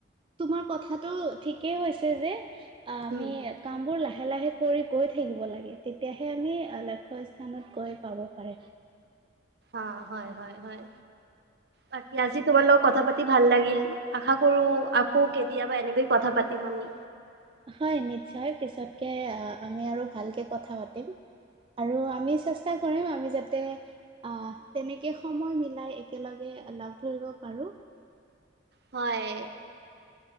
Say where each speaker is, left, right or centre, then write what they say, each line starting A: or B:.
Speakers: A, on the right; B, on the right.
A: তোমাৰ কথাটো একেই হৈছে যে অ আমি
B: উম,
A: কাম বোৰ লাহে লাহে কৰি গৈ থাকিব লাগে তেতিয়াহে আমি লক্ষ্য স্থানত গৈ পাব পাৰে
B: অ হয় হয় হয় বাকি আজি তোমাৰ লগত কথা পাতি ভাল লাগিল আশা কৰো আকৌ কেতিয়াবা এনেকৈ কথা পাতি তিম আমি
A: হয় নিশ্চয় পিছতকে আমি আৰু ভালকে কথা পাতিম আৰু আমি চেষ্টা কৰিম আমি যাতে আহ তেনেকে সময় মিলাই একেলগে লগ ধৰিব পাৰো
B: হয়